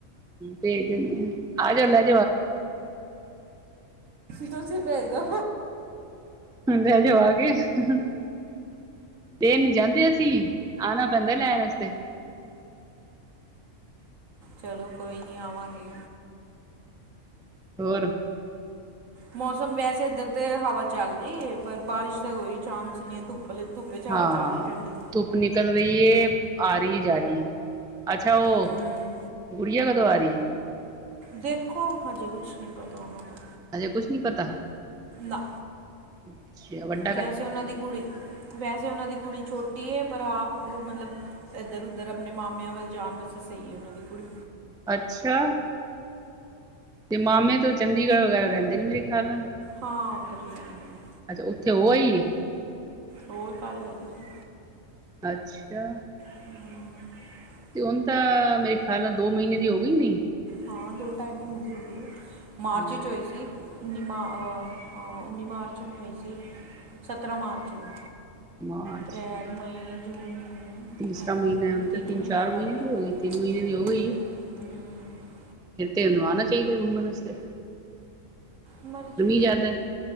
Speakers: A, in the centre; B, on the right.
A: ਭੇਜ ਦਿੰਦੇ ਹਾਂ, ਆਜਾ ਲੇਜਾ
B: ਤੁਸੀਂ ਭੇਜ ਦੋ
A: ਹਜੇਵਾ <unintelligible> <unintelligible> ਫੇਰ ਨੀ ਜਾਂਦੇ ਅਸੀਂ, ਆਨਾ ਪੈਂਦਾ ਲੈਣ ਆਸਤੇ
B: ਚਲੋ ਕੋਈ ਨੀ ਆਵਾਂਗੇ
A: ਹੋਰ
B: ਮੌਸਮ ਵੈਸੇ ਇੱਧਰ ਤੇ ਹਵਾ ਚੱਲ ਰਈ ਏ, ਪਰ ਬਾਰਿਸ਼ ਦਾ ਕੋਈ ਚਾਂਸ ਨੀ ਏ, ਧੁੱ। ਭਲੇ ਧੁੱਪੇ ਚ, ਹਵਾ
A: ਹਾਂ
B: ਚੱਲ ਰਈ ਠੰਡੀ।
A: ਧੁੱਪ ਨਿਕਲ ਰਈ ਏ, ਆ ਰਈ ਜਾ ਰਈ, ਅੱਛਾ ਉਹ
B: ਹੂੰ
A: ਗੁੜੀਆ ਕਦੋਂ ਆ ਰਈ?
B: ਦੇਖੋ, ਹਜੇ ਕੁਛ ਨਈ ਪਤਾ ਉਨਾਂ ਦਾ।
A: ਹਜੇ ਕੁਛ ਨੀ ਪਤਾ।
B: ਨਾ।
A: ਅੱਛਾ ਵੱਨ।
B: ਵੈਸੇ ਉਨਾਂ ਦੀ ਕੁੜੀ, ਵੈਸੇ ਉਹਨਾਂ ਦੀ ਕੁੜੀ ਛੋਟੀ ਏ ਪਰ ਆਪ ਮਲਬ ਇੱਧਰ-ਉਧਰ ਆਪਣੇ ਮਾਮਿਆਂ ਵੱਲ ਜਾਣ ਵਾਸਤੇ ਸਈ ਏ, ਉਨ੍ਹਾਂ ਦੀ ਕੁੜੀ।
A: ਅੱਛਾ, ਤੇ ਮਾਮੇ ਤੋਂ ਚੰਡੀਗੜ੍ਹ ਵਗੈਰਾ ਰੈਂਦੇ ਨੇ ਮੇਰੇ ਖਿਆਲ ਨਾਲ।
B: ਹਾਂ, ਓਧਰ ਈ ਰੈਂਦੇ ਨੇ।
A: ਅੱਛਾ ਉੱਥੇ ਉਹ ਆਈ।
B: ਔਰ, ਕਰ ਏਦੇ ਚ।
A: ਅੱਛਾ!
B: <inaudible>
A: ਤੇ ਹੁਣ ਤਾਂ, ਮੇਰੇ ਖਿਆਲ ਨਾਲ ਦੋ ਮਈਨੇ ਦੀ ਹੋ ਗਈ ਨਈ।
B: ਹਾਂ ਦੋ-ਢਾਈ ਮੀਨੇ ਦੀ ਹੋ ਗਈ ਏ, ਮਾਰਚ
A: ਹਮ
B: ਚ ਹੋਈ ਸੀ। ਉੱਨੀ ਮਾ ਆ, ਆ ਉੱਨੀ ਮਾਰਚ ਨੂੰ ਹੋਈ ਸੀ, ਸਤਰ੍ਹਾਂ ਮਾਰਚ ਨੂੰ।
A: ਮਾਰਚ
B: ਪ੍ਰੈਲ, ਮਈ, ਜੂਨ। ਹੂੰ
A: ਤੀਸਰਾ
B: ਹੈਗੀ
A: ਮਹੀਨਾ ਏ
B: ਤਿੰਨ
A: ਹੁਨ ਤੇ,
B: ਤੀਜ
A: ਤਿੰਨ-ਚਾਰ
B: ਮਹੀਨਾ ਲੱਗ
A: ਮਹੀਨੇ
B: ਗਿਆ
A: ਦੀ ਹੋ ਗਈ ਤਿੰਨ ਮਹੀਨੇ ਦੀ ਹੋ
B: ਤਿੰਨ
A: ਗਈ
B: ਮਹੀਨੇ ਹੂੰ
A: ਫਿਰ ਤੇ ਉਹਨੂੰ ਆਣਾ ਚਾਹੀਦੇ ਗੁਮੰਣ ਵਸਤੇ
B: ਮਰਜ਼ੀ
A: ਜ਼ਿਆਦਾ ਹੈ